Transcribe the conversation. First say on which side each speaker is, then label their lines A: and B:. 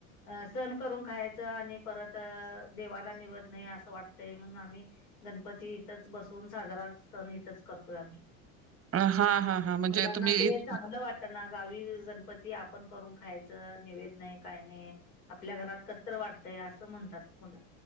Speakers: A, on the left; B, on the right.
A: अ सण करून खायचं. आणि परत देवाला निवद नाही, असं वाटतंय म्हणून आम्ही गणपती इथंच बसून, साजरा सण इथंच करतोय आम्ही.
B: हा
A: हम्म
B: हा हा म्हणजे
A: मुलांना
B: तुम्ही
A: ते चांगलं वाट ना गावी गणपती, आपण करून खायचं. नेवैद नाही काय नाही. आपल्या घरात कसंतर वाटतयं, असं म्हणतात मुलं.